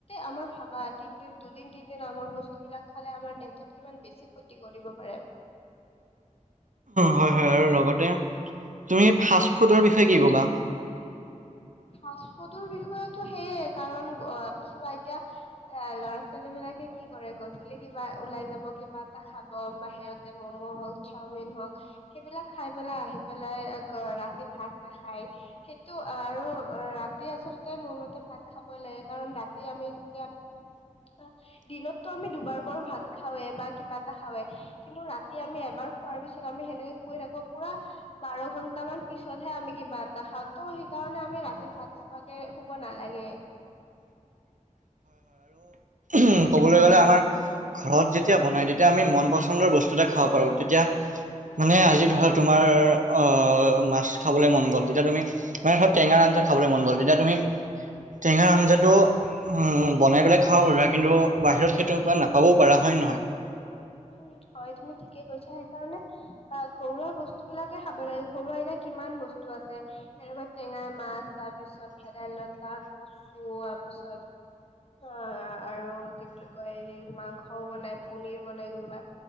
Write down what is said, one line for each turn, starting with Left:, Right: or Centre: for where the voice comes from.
Left: আমাৰ ভাবা দুদিন তিনিদিন আগৰ বস্তুবিলাক খালে আমাৰ দেহটোত কিমান বেছি ক্ষতি কৰিব পাৰে।
Right: হয় হয় আৰু লগতে তুমি ফাষ্ট ফুডৰ বিষয়ে কি ক'বা?
Left: ফাষ্ট ফুডৰ বিষয়টো সেইয়ে কাৰণ চাবা এতিয়া এ ল'ৰা ছোৱালী বিলাকে কি কৰে গধুলি কিবা ওলাই যাব কিবা এটা খাব বাহিৰতে ম'ম' হওক চাওমিন হক সেইবিলাক খাই পেলাই আহি পেলাই ৰাতি ভাত নাখায় সেইটো আৰু ৰাতি আচল আচলতে মোৰ মতে ভাগ খাবই লাগে কাৰণ ৰাতি আমি যেতিয়া অ' দিনততো আমি দুবাৰ কৰো ভাত খাওৱে বা কিবা এটা খাওৱে কিন্তু ৰাতি আমি এবাৰ খোৱাৰ পিছত আমি সেনেকে শুই থাকো। পুৰা বাৰ ঘন্টা মান পিছতহে আমি কিবা এটা খাওঁ ত' সেইকাৰণে আমি ৰাতি ভাত নোখোৱাকে শুব নালাগে।
Right: উ, ক'বলৈ গ'লে আমাৰ ঘৰত যেতিয়া বনাই তেতিয়া আমি মন পচন্দৰ বস্তু এটা খাব পাৰোঁ তেতিয়া মানে আজি ধৰা তোমাৰ অ' মাছ খাবলৈ মন গ'ল যেতিয়া তুমি মে ধৰা টেঙা আ জা খাবলৈ মন গ'ল তেতিয়া তুমি, টেঙাৰ আঞ্জাটো বনাই পেলাই খাও কিন্তু বাহিৰত সেইটো উকা নাপাবও পাৰা হয় নহয়।
Left: উম হয় তুমি ঠিকে কৈছা, সেইকাৰণে অ' ঘৰুৱা বস্তু বিলাকে খাব লাগে ঘৰুৱা এতিয়া কিমান বস্তু আছে তেনেকুৱা টেঙাই মাছ তাৰ পিছত ভেদাইলতা কছু তাৰপিছত আ আৰু কি বুলি কয় এই মাংসও বনাই পনিৰ বাই কোনোবা